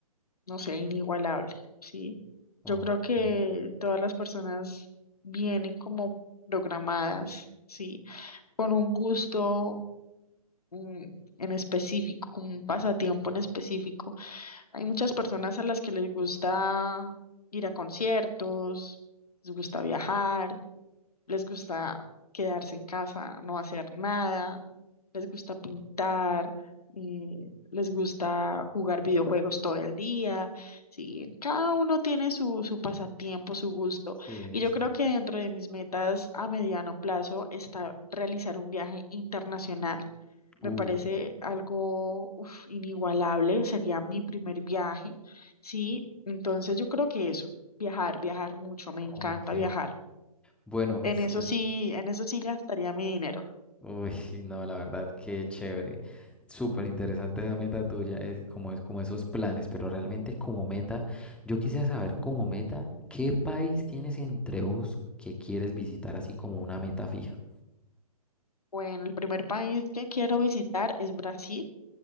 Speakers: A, on the left; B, in the centre.
A: no sé, inigualable, ¿sí?
B: Ok,
A: Yo creo que todas las personas vienen como programadas, ¿sí? Con un gusto mm, en específico, con un pasatiempo en específico. Hay muchas personas a las que les gusta ir a conciertos, les gusta viajar les gusta quedarse en casa, no hacer nada, les gusta pintar, eh, les gusta jugar videojuegos todo el día, sí, cada uno tiene su, su pasatiempo, su gusto.
B: sí, es.
A: Y yo creo que dentro de mis metas a mediano plazo está realizar un viaje internacional. Me
B: Uh,
A: parece algo uf, inigualable, sería mi primer viaje, sí, entonces yo creo que eso, viajar, viajar mucho, me encanta
B: ok.
A: viajar.
B: Bueno,
A: En
B: uy, s-
A: eso sí, en eso sí gastaría mi dinero.
B: uy, sí, no, la verdad, qué chévere. Súper interesante esa meta tuya, es como es como esos planes, pero realmente como meta, yo quisiera saber como meta, ¿qué país tienes entre ojos que quieres visitar así como una meta fija?
A: Bueno, el primer país que quiero visitar es Brasil.